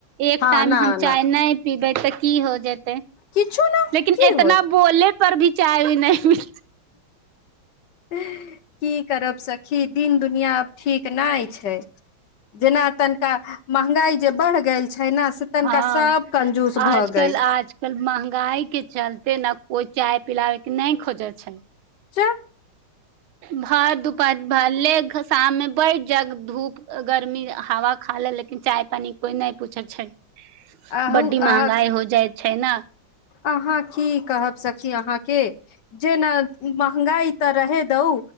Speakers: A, on the right (about 80°); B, on the left (about 65°).
A: एक
B: हँ
A: टाइम
B: न
A: हम चाय
B: न
A: नहि पीबै तऽ की हो जेतै
B: किछु ने
A: लेकिन
B: की होइत
A: इतना बोल पर भी चाय हु नहि।
B: की करब स खि दिन दुनिआ आब ठीक नहि छै। जेना तनिका महंगाई जे बढ़ गेल छै ने से तनिका
A: हँ
B: सब कंजूस
A: आजकल
B: भऽ गेल
A: आजकल महगाई के चलते एते ने कोइ चाय पिलाबे के नहि खोजे छै।
B: च।
A: भर दुपार भर ले शाममे बैढ़ जग धूप गर्मी हवा खा ले लेकिन चाय पानी कोई नहि पूछैत छै।
B: अहू
A: बड्डी
B: अहाँ
A: महंगाई हो जाइ। छै ने
B: अहाँ की कहब सखी अहाँके। जेना महंगाई तऽ रहे दऊ